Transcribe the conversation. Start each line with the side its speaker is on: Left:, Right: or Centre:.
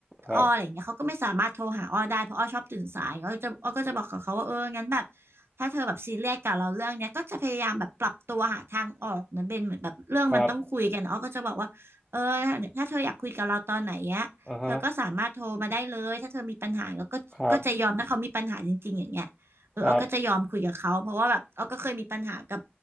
Centre: ครับ
Right: อ้ออะไรอย่างเงี้ยเขาก็ไม่สามารถโทรหาอ้อได้เพราะอ้อชอบตื่นสายอ้อจะอ้อก็จะบอกกับเขาว่าเอองั้นแบบถ้าเธอแบบซีเรียสกับเราเรื่องเนี้ยก็จะพยายามแบบปรับตัวหาทางออกนะเบนเหมือนแบบเรื่องมันต้องคุยกันอ้อก็จะบอกว่าเออถ้าถ้าเธออยากคุยกับเราตอนไหนเนี้ยเธอก็สามารถโทรมาได้เลยถ้าเธอมีปัญหาก็ก็ก็จะยอมถ้าเขามีปัญหาจริงๆอย่างเงี้ยเอออ้อก็จะยอมคุยกับเขาเพราะว่าแบบอ้อก็เคยมีปัญหากับ
Centre: ครับอ่าฮะครับครับ